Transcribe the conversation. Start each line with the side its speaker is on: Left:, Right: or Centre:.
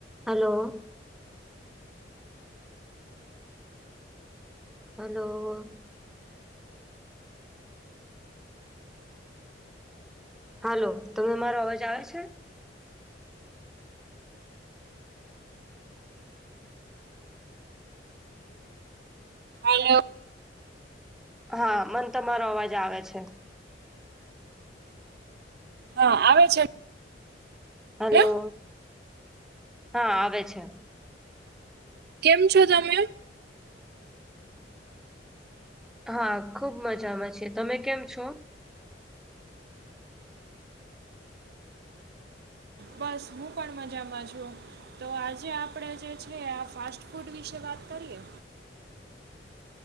Centre: Hello. Hello... hello તમને મારો અવાજ આવે છે.
Right: હલો..
Centre: હા મન તમારો અવાજ આવે છે.
Right: હા આવે છે.
Centre: હલો...
Right: ને
Centre: હા આવે છે.
Right: કેમ છો તમે?
Centre: હા, ખુબ મજામાં છે તમે કેમ છો?
Right: બસ, હું પણ મજામાં છું. તો આજે આપડે જે છે આ ફાસ્ટ ફૂડ વિશે વાત કરીએ.